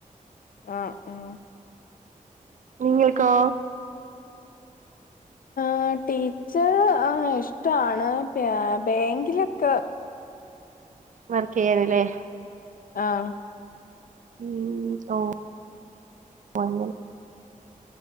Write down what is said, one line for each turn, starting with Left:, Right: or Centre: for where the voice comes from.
Left: ആ ഉം
Right: നിങ്ങക്കോ
Left: ആ ടീച്ചർ ആ ഇഷ്ടാണ് പി ബാങ്കിലൊക്കെ
Right: വർക്ക് എയ്യണില്ലേ
Left: ആ
Right: മ് ഓ അങ്ങനെ